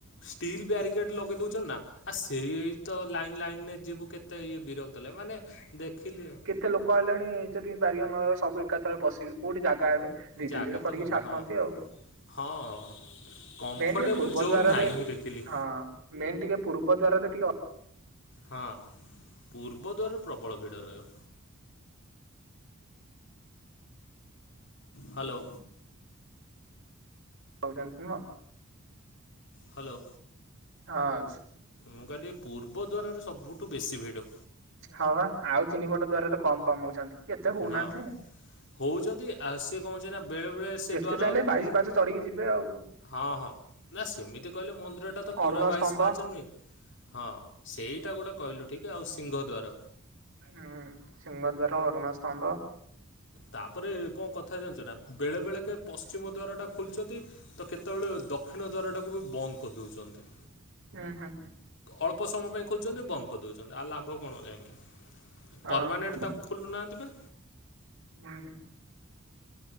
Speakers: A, on the left (about 60°); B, on the right (about 65°).
A: ଷ୍ଟିଲ୍ ବ୍ୟାରିକେଡ ଲଗେଇ ଦଉଛ ନା ଆ ସେଇଇ ତ ଲାଇନ୍ ଲାଇନରେ ଯିବୁ କେତେ ଇଏ ବିରକ୍ କଲେ ମାନେ ଦେଖିଲି ଆଉ
B: ଏତେ ଲୋକ ଆଲେଣି ଯଦି ବାରିଏ ନହେଲେ ସବୁ ଏକାଥରେ ପଶିବୁ କୋଉଠି ଜାଗା ହେବେ ଧୀରେ
A: ଜାଗା
B: ଧୀରେ କରିକି
A: ତ ହଉନି
B: ଛାଡ଼ନ୍ତି
A: ହଁ
B: ଆଉ
A: ହଁ ହଁ କମ୍ଫର୍ଟେବୁଲ୍
B: ମେନ୍ ଟିକେ ପୂର୍ବ
A: ଜୋନ୍
B: ଦ୍ୱାରରେ
A: ନାହିଁ ମୁଁ ଦେଖିଲି
B: ହଁ ମେନ୍ ଟିକେ ପୂର୍ବ ଦ୍ୱାରରେ ଟିକେ
A: ହଁ ପୂର୍ବ ଦ୍ୱାରରେ ପ୍ରବଳ ଭିଡ଼ ରହିବ ହ୍ୟାଲୋ
B: ହଉଛନ୍ତି ନା
A: ହ୍ୟାଲୋ
B: ଆ ଶ୍
A: ମୁଁ କହିଲି ପୂର୍ବ ଦ୍ୱାରରେ ସବୁଠୁ ବେଶୀ ଭିଡ଼
B: ହଁ ବା ଆଉ ତିନିପଟ ଦ୍ଵାରରେ କମ କମହଉଛନ୍ତି ଏତେ ହଉନାହାନ୍ତି
A: ହଁ ହଉଛନ୍ତି ଆଉ ସିଏ କଣ କହୁଛି ନା ବେଳେ ବେଳେ ସେ
B: ଯେତେ
A: ଦ୍ୱାର
B: ଚାହିଁଲେ
A: ଉ
B: ବାଇଶି
A: ମୁ
B: ପାହାଚ ଚଢିକି ଯିବେ ଆଉ
A: ହ ହ ନାଁ ସେମିତି କହିଲେ ମନ୍ଦିର ଟା ତ ପୁରା
B: ଅରୁଣ
A: ବାଇଶ
B: ସ୍ତମ୍ଭ
A: ପାହାଚ ନୁହେଁ ହଁ ସେଇଟା ଗୋଟେ କହିଲୁ ଠିକେ ଆଉ ସିଂହ ଦ୍ୱାର
B: ହୁଁ ସିଙ୍ଗଦ୍ୱାର ଅରୁଣ ସ୍ଥମ୍ଭ
A: ତାପରେ କଣ କଥା ଜାଣିଛ ନା ବେଳେ ବେଳେ କେ ପଶ୍ଚିମ ଦ୍ୱାରଟା ଖୋଲଛନ୍ତି। ତ କେତେବେଳେ ଦକ୍ଷିଣ ଦ୍ୱାରର ଟାକୁ ବି ବନ୍ଦ କରିଦଉଛନ୍ତି।
B: ହଁ ହଁ
A: ଅଳ୍ପ ସମୟ ପାଇଁ ଖୋଲୁଛନ୍ତି। ବନ୍ଦ କରିଦଉଛନ୍ତି ଆଉ ଲାଭ କଣ ଯାଇକି ପରମାନେଣ୍ଟ
B: ଓହୋ
A: ତାଙ୍କୁ। ଖୋଲୁନାହାନ୍ତି। ବା
B: ହୁଁ